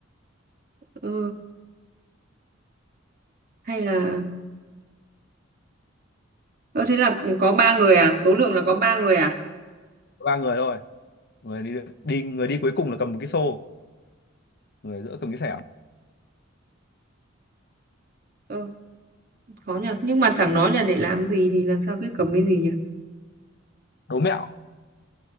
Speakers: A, on the right (about 45°); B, on the left (about 55°).
A: ơ hay là ơ thế là cũng có ba người à số lượng là có ba người à
B: ba người thôi người đi đi người đi cuối cùng là cầm một cái xô người giữa cầm cái xẻng
A: ơ khó nhỉ nhưng mà chẳng nói là để làm gì thì làm sao biết cầm cái gì nhỉ
B: đố mẹo